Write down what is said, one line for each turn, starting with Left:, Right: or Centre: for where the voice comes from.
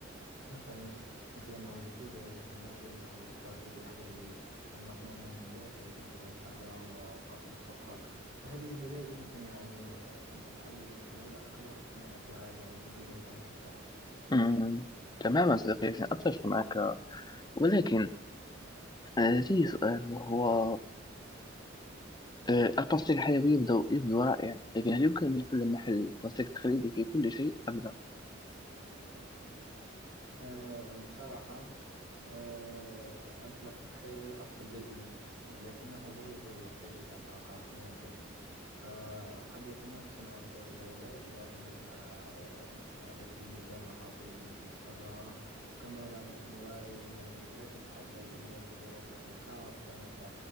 Right: مثلا مثل مواد الزجاج المعدن أو البلاستيك الحيوي المصنوع من النباتات مثل الذرة وقصب السكر فهذه بدائل يمكن يعني أن تتحلل بسهولة أكبر من أن تعاد يعني تدويرها بكفاءة
Left: أمم، تماما صديقي أتفق معك ولكن آه، لدي سؤال وهو آه، البلاستيك الحيوي يبدو يبدو رائع لكن هل يمكن أن يحل محل البلاستيك التقليدي في كل شيء أبدا
Right: آه، بصراحة آه، البلاستيك الحيوي أفضل بيئيا لكنه لا يزال يحتاج إلى طاقة لإنتاجه فقد يتنافس مع إنتاج الغذاء إذا اعتمدنا آه، على سبيل المثال محاصيل مثل الذرة كما بعض الأنواع هي يعني لا تتحلل إلا في ظروف يعني خاصة مثل